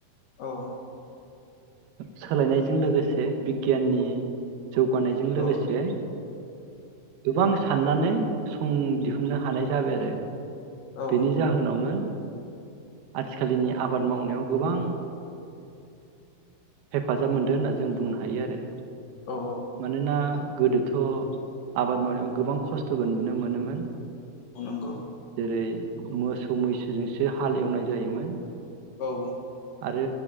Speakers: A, on the left (about 70°); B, on the right (about 80°).
A: औ।
B: सोलायनायजों लोगोसे बिगियाननि जौगानायजों लोगोसे
A: औ
B: गोबां साननानै सं दिहुन्नो हानाय जाबाय आरो
A: औ
B: बेनि जाहोनावनो आथिखालनि आबाद मावनायाव गोबां हेफाजाब मोनदों होनना जों बुंनो हायो आरो।
A: औ
B: मानोना गोदोथ' आबाद मावनायाव गोबां खस्थ'बो नुनो मोनोमोन
A: नंगौ।
B: जेरै मोसौ मैसोजोंसो हाल एवनाय जायोमोन
A: औ
B: आरो